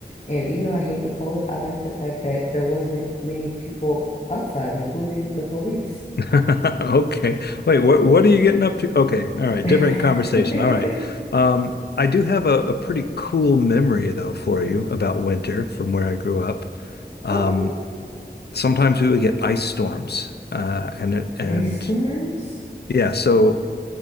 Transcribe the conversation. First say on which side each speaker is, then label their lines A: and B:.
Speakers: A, on the left; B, on the left.
A: And even though I hate the cold, I like the fact that there wasn't many people outside, including the police.
B: <laughs> Okay. Wait, what what are you getting up to? Okay. All right.
A: <laughs>
B: Different conversation. All right. Um, I do have a, a pretty cool memory though for you about winter from where I grew up. Um,
A: Okay.
B: sometimes we would get ice storms. Uh, and it- and
A: Ice storms?
B: yeah, so